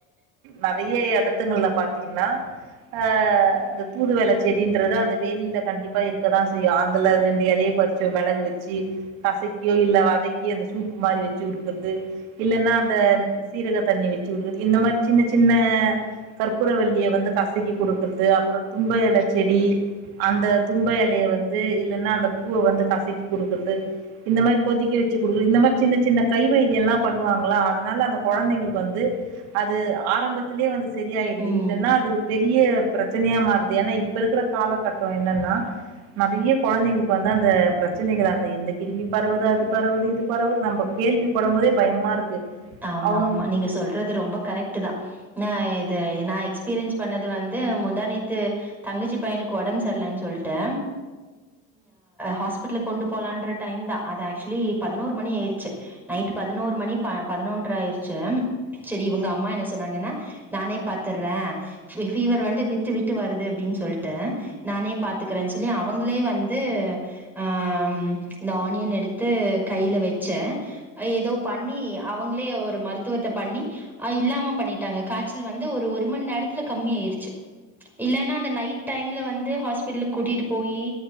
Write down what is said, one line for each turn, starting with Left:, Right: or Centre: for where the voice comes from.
Right: நெறைய எடத்துங்கள்ல பாத்தீங்கன்னா ஆ இந்த தூதுவள செடின்றது அந்த வேலியில கண்டிப்பா இருக்கதா செய்யு அதுல ரெண்டு எலய பறிச்சு மெளகு வெச்சி கசக்கி இல்ல வதக்கி அந்த சூப்பு மாரி வெச்சு குடுக்குறது இல்லன்னா அந்த சீரக தண்ணி வச்சு விடுறது இந்த மாரி சின்ன சின்ன கற்பூரவல்லிய வந்து கசக்கி கொடுக்குறது அப்புறம் தும்ப இல செடி அந்த தும்ப இலைய வந்து இல்லன்னா அந்த பூவ வந்து கசக்கி கொடுக்குறது இந்த மாரி கொதிக்க வச் சி குடு இந்த மாதிரி சின்ன சின்ன கை வைத்தியோல்லாம் பண்ணுவாங்கல்ல அதனால அந்த கொழந்தைங்களுக்கு வந்து அது ஆரம்பத்திலே வந்து சரியாயிடுது
Centre: ம்.
Right: இல்லன்னா அது பெரிய பிரச்சனையா மாறுது ஏன்னா இப்ப இருக்கிற காலகட்டோ என்னன்னா நெறைய கொழந்தைங்களுக்கு வந்து அந்த பிரச்சனைகள் அந்த இந்த கிருமி பரவுது அது பரவுது இது பரவுது நம்ம கேள்வி படும் போதே பயமா இருக்கு
Centre: ஆமா
Right: அவங்க
Centre: ஆமா நீங்க சொல்றது ரொம்ப கரெக்ட் டு தான் இது நா எக்ஸ்பீரியன்ஸ் பண்ணது வந்து முந்தானேத்து நேத்து தங்கச்சி பையனுக்கு உடம்பு சரிலன்னு சொல்லிட்டு ஹாஸ்பிட்டலுக்கு கொண்டு போலான்ர டைம் தான் அது ஆக்சுவலி பதினோரு மணி ஆயிடுச்சு நைட்டு பதினோரு மணி பதினொன்றரரை ஆயிருச்சி சரி இவங்க அம்மா என்ன சொன்னாங்கன்னா நானே பாத்துர்றேன் ஃபீவர் வந்து விட்டு விட்டு வருது அப்படின்னு சொல்லிட்டு நானே பாத்துக்கறேன்னு சொல்லி அவங்களே வந்து ஆ இந்த ஆனியன் எடுத்து கையில வச்சே ஏதோ பண்ணி அவங்களே ஒரு மருத்துவத்த பண்ணி அ இல்லாம பண்ணிட்டாங்க காய்ச்சல் வந்து ஒரு மணி நேரத்துல கம்மி ஆயிடுச்சு இல்லன்னா அந்த நைட் டைம்ல வந்து ஹாஸ்பிடலுக்கு கூட்டிட்டு போயி